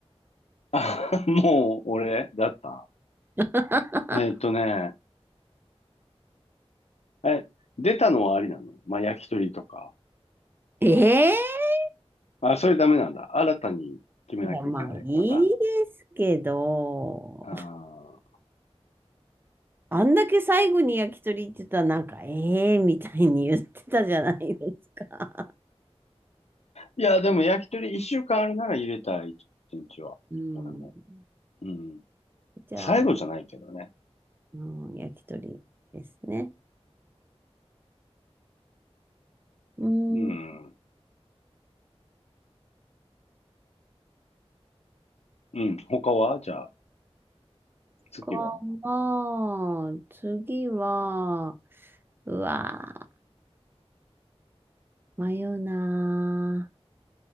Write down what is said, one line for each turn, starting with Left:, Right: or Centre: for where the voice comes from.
Left: あ、もう俺だった。
Right: <laughs>
Left: えーっとね、え、出たのはありなのまあ焼き鳥とか。
Right: ええ
Left: あ、それダメなんだ。新たに決めなきゃいけないパターン。
Right: いや、まあ、いいですけど、
Left: ああ。
Right: あんだけ最後に焼き鳥言ってたら、なんか、ええー、みたいに言ってたじゃないですか。
Left: いや、でも焼き鳥一週間あるなら入れたい、一日は。
Right: うん。
Left: 俺も。うん。
Right: じゃあ、
Left: 最後じゃないけどね。
Right: うん、焼き鳥ですね。うん。
Left: うん。うん。他はじゃあ、次は
Right: 他は、次は、うわー、迷うなー。